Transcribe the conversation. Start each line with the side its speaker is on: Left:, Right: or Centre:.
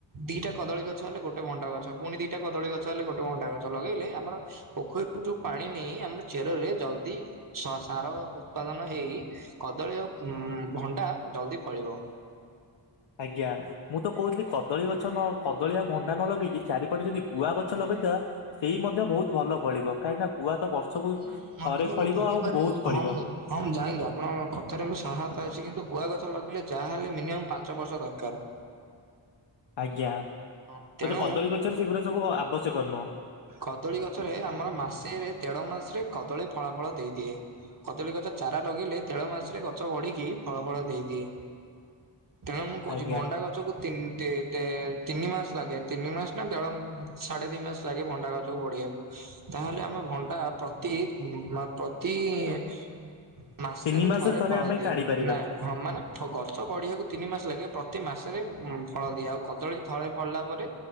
Right: ଦିଟା କଦଳୀ ଗଛ ହେଲେ ଗୋଟେ ଭଣ୍ଡା ଗଛ ପୁଣି ଦିଟା କଦଳୀ ଗଛ ହେଲେ ଗୋଟେ ଭଣ୍ଡା ଗଛ ଛ ଲଗେଇଲେ ଆମର ପୋଖରୀରୁ ଯୋଉ ପାଣି ନେଇ ଆମର ଚେରରେ ଜଲଦି ସାର ଉତ୍ପାଦନ ହେଇ କଦଳୀ ଆଉ ଉ ଭଣ୍ଡା ଜଲ୍ଦି ଫଳିବ
Left: ଆଜ୍ଞା ମୁଁ ତ କହୁଥିଲି କଦଳୀ ଗଛ ନ କଦଳୀ ବା ଭଣ୍ଡା ନ ଲଗେଇ କି ଚାରିପଟେ ଯଦି ଗୁଆ ଗଛ ଲଗେଇଦବା ସେଇ ମଧ୍ୟ ବହୁତ ଭଲ ଫଳିବ କାହିଁକି ନା ଗୁଆ ତ ବର୍ଷକୁ
Right: ମୁଁ
Left: ଥରେ
Right: ମଧ୍ୟ ମୁଁ
Left: ଫଳିବ
Right: ଭାବିପାରେ
Left: ଆଉ ବହୁତ ଫଳିବ
Right: ହଁ ମୁଁ ହଁ ମୁଁ ଜାଇଁଲି ଆପଣଙ୍କ କଥାରେ ମୁ ସାହାୟତା ଅଛି କିନ୍ତୁ ଗୁଆ ଗଛ ଲଗେଇଲେ ଯାହାହଲେ ମିନିମମ୍ ପାଞ୍ଚ ବର୍ଷ ଦରକାର <inaudible>
Left: ଆଜ୍ଞା
Right: ହଁ ତେଣୁ
Left: ଏଯ କଦଳୀ ଗଛରେ ସେଗୁଡା ସବୁ ଆବଶ୍ୟକ ନୁହଁ
Right: କଦଳୀ ଗଛରେ ଆମର ମାସେରେ ଦେଢ ମାସରେ କଦଳୀ ଫଳା ଫଳ ଦେଇଦିଏ କଦଳୀ ଗଛ ଚାରା ଲଗେଇିଲେ ଦେଢ ମାସରେ ଗଛ ବଢ଼ିକି ଫଳ ଫଳ ଦେଇଦିଏ ତେଣ ମୁ କହୁଛି
Left: ଆଜ୍ଞା
Right: ଭଣ୍ଡାାଗଛ କୁ ତି ତି ତିନି ମାସ ଲାଗେ ତିନି ମାସ ନା ଦେଢ଼ ସାଢେ ତିନି ମାସ ଲାଗେ ଭଣ୍ଡାାଗଛ ଯୋଉ ବଢ଼ିବାକୁ ତାହେଲେ ଆମେ ଭଣ୍ଡା ପ୍ରତି ମା ପ୍ରତି ଇ ଇ ମାସେରେ
Left: ତିନି ମାସରେ
Right: ଥରେ ଫଳ
Left: ଆମେ
Right: ଦିଏ
Left: କାଢି ପାରିବା
Right: ନାଇଁମ। ହଁ ମାନେ ଗଛ ବଢ଼ିବାକୁ ତିନି ମାସ ଲାଗେ ପ୍ରତି ମାସରେ ଉଁ ଫଳ ଦିଏ ଆଉ କଦଳୀ ଥଳେ ଫଳିଲା ପରେ